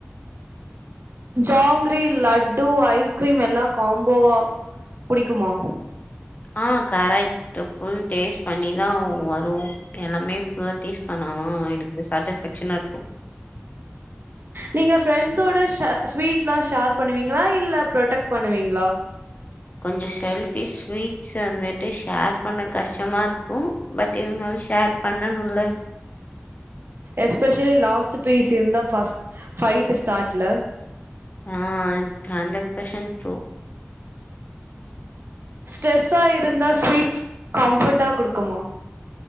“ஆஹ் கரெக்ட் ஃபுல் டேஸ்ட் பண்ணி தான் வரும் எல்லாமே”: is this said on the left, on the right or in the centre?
Left